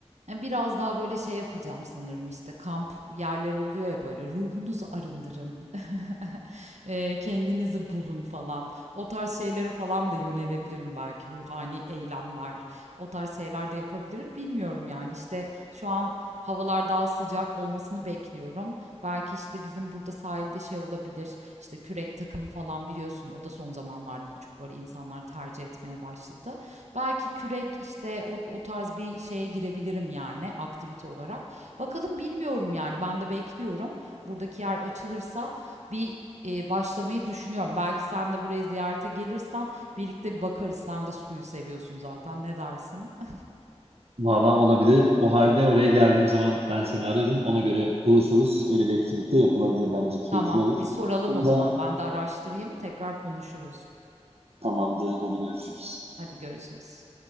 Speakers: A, on the right; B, on the right.
A: Ya Biraz daha böyle şey yapacağım sanırım işte kamp yerleri oluyor ya böyle ruhunuzu arındırın, <laughs> Eee, kendinizi bulun falan. O tarz şeylere falan da yönelebilirim belki ruhani eylemler, o tarz şeyler de yapabilirim bilmiyorum yani işte şu an havalar daha sıcak olmasını bekliyorum. Belki işte bizim burada sahilde şey olabilir işte kürek takımı falan biliyorsun o da son zamanlarda çok böyle insanlar tercih etmeye başladı. Belki kürek işte o, o tarz bir şeye girebilirim yani aktivite olarak. Bakalım bilmiyorum yani ben de bekliyorum. Buradaki yer açılırsa bir e, başlamayı düşünüyorum. Belki sen de buraya ziyarete gelirsen birlikte bir bakarız. Sen de suyu seviyorsun zaten ne dersin? <laughs>
B: Valla olabilir. O halde oraya geldiğim zaman ben seni ararım. Ona göre buluşuruz. Öyle bir etkinlik de yapılabilir bence. Keyifli
A: Tamam
B: olur.
A: bir soralım
B: Bunu
A: o zaman
B: da
A: ben de araştırayım tekrar konuşuruz.
B: tamamdır. Hadi görüşürüz.
A: Hadi görüşürüz.